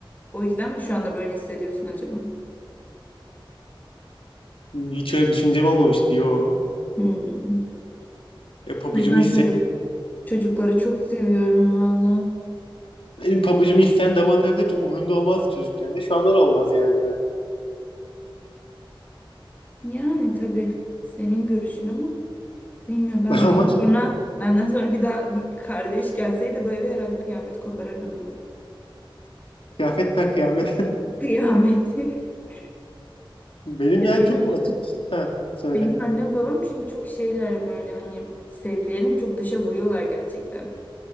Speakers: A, on the left (about 20°); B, on the left (about 80°).
A: O yüzden mi şu anda böyle hissediyorsun acaba?
B: Hiç öyle bir düşüncem olmamıştı. Yo.
A: Hmm.
B: Ya pabucumu
A: Ay, Ben
B: isteyen,
A: çocuk çocukları çok seviyorum valla.
B: benim pabucumu isteyen dama atabilir çok umurumda olmazdı çocukken de. Şu anda da olmaz yani.
A: Yani tabii senin görüşün ama bilmiyorum ben
B: <laughs>
A: benden
B: Ama çocuk-
A: sonra benden sonra bir daha bir kardeş gelseydi bu eve herhalde kıyameti koparırdım ama.
B: kıyafet per kıyamet.
A: Kıyameti. <laughs>
B: <laughs> Benim
A: Ya
B: yani
A: benim
B: çok açık. Ha, söyle.
A: benim annem babam çünkü çok şeyler böyle hani sevgilerini çok dışa vuruyorlar gerçekten.